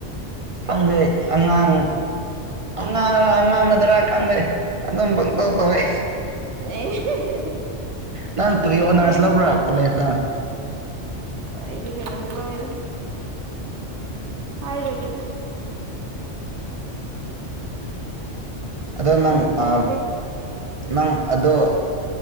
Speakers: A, on the right; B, on the right.
A: ꯈꯪꯗꯦ ꯑꯉꯥꯡ ꯑꯉꯥꯡꯔ ꯑꯉꯥꯡꯅꯗ꯭ꯔꯥ ꯈꯪꯗꯦ ꯑꯗꯨꯝ ꯄꯪꯇꯧ ꯇꯧꯋꯦ
B: <unintelligible>
A: ꯅꯪ ꯀꯔꯤ ꯑꯣꯅꯔꯁ
B: ꯑꯦ
A: ꯂꯧꯕ꯭ꯔꯥ ꯀꯣꯂꯦꯖꯇ
B: ꯑꯩꯗꯤ ꯀꯩꯅꯣꯗ ꯂꯧꯋꯦꯗ ꯍꯥꯏꯔꯣꯏ ꯒꯦꯗ
A: ꯑꯗꯣ
B: ꯍꯤꯁꯇ꯭ꯔꯤ
A: ꯅꯪ
B: ꯍꯤꯁꯇ꯭ꯔꯤ
A: ꯑꯥ ꯅꯪ ꯑꯗꯣ